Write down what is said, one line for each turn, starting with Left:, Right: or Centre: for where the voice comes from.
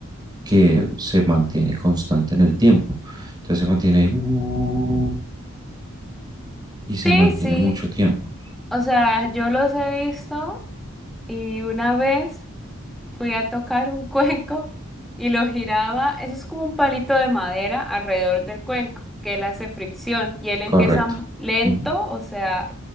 Right: que se mantiene constante en el tiempo. Entonces se mantiene ahí uh, y se
Centre: Sí,
Right: mantiene
Centre: sí.
Right: mucho tiempo.
Centre: O sea, yo los he visto y una vez fui a tocar un <laughs> cuenco y lo giraba, eso es como un palito de madera alrededor del cuenco, que él hace fricción y él empieza
Right: Correcto.
Centre: m- lento,
Right: Ujú.
Centre: o sea,